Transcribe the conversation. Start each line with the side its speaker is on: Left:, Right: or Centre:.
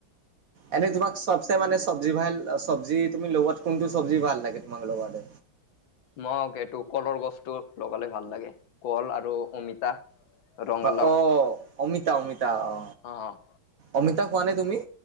Right: এনে তোমাক চব চে মানে চব্জি ভাল, চব্জি তুমি লগোৱাত কোনটো চব্জি ভাল লাগে তোমাক লগালে?
Left: মক এইটো কলৰ গছটো লগালে ভাল লাগে। কল আৰু অমিতা। ৰঙালাও
Right: পা অ' অমিতা, অমিতা অ'।
Left: অ', অ'।
Right: অমিতা খোৱানে তুমি?